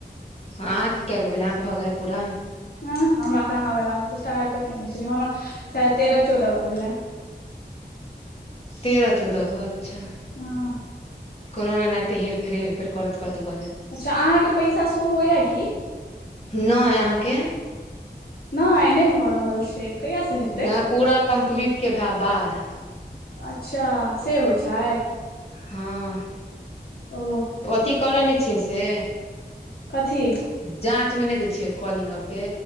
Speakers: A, on the left; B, on the left.
A: हँ अहांके के गो भेल, अहां के भऽ गेल पूरा।
B: ऐंह हमरा कहाँ भेला हम त स्टार्टे केने छलये, हमरा शायद तेरह चौदह गो भेले।
A: तेरह चौदह गो अच्छा।
B: हँ
A: कोनो ने एनाहिते हेर -फेर हेर- फेर करैत -करैत भऽ जेत।
B: अच्छा अहाँ के पैसा शो हो या की।
A: नहि अहाँके।
B: नहि -नहि भऽ रहल छै। कहियासँ हेतै
A: नय पूरा कम्प्लीट के भे बाद
B: अच्छा से होइ छै।
A: हँ
B: ओ
A: तऽ अथी करै नहि छियै से।
B: कथी
A: जाँचमे नै दै छियै कॉलिंग आरके।